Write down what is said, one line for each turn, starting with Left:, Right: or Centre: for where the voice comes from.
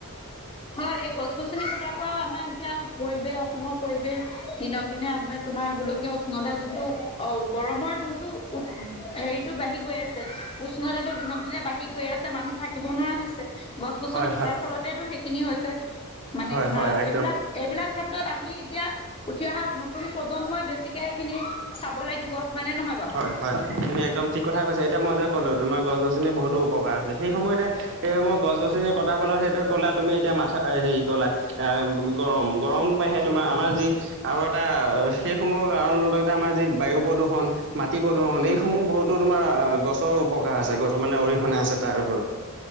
Left: হয় এই গছ গছনি কটাৰ পৰাও আমাৰ এতিয়া পৰিৱেশ অসমৰ পৰিৱেশ দিনক দিনে আপোনাৰ তোমাৰ গোলকীয় উষ্ণতা যোনটো অ গৰমৰ যোনটো উ হেৰিটো বাঢ়ি গৈ আছে উষ্ণতাটো দিনক দিনে বাঢ়ি গৈ আছে মানুহ থাকিব নোৱাৰা হৈছে। গছ গছনি
Right: হয়
Left: কটাৰ
Right: হয়।
Left: ফলতেটো সেইখিনি হৈছে। মানে
Right: হয়
Left: ধৰা
Right: হয় একদম
Left: এইবিলাক এইবিলাক ক্ষেত্ৰত আমি এতিয়া উঠি অহা নতুন প্ৰজন্মই বেছিকে সেইখিনি চাব লাগিব হয় নে নহয় বাৰু।
Right: হয় হয় তুমি একদম ঠিক কথা কৈছা এতিয়া মই যে ক'লো তোমাৰ গছ গছনিৰ বহুতো উপকাৰ আছে সেই সময়তে সেইসমূহ গছ গছনি কটাৰ ফলত সেইটো কলা তুমি এতিয়া মাথা হেৰি কলা। গৰম গৰম বাঢে তোমাৰ আমাৰ যি আৰু এটা সেইসমূহ কাৰ লগতে আমাৰ যি বায়ু প্ৰদূষণ, মাটি প্ৰদূষণ এইসমূহ বহুতো তোমাৰ গছৰ উপকাৰ আছে গছৰ মানে অৰিহণা আছে তাৰ ওপৰত।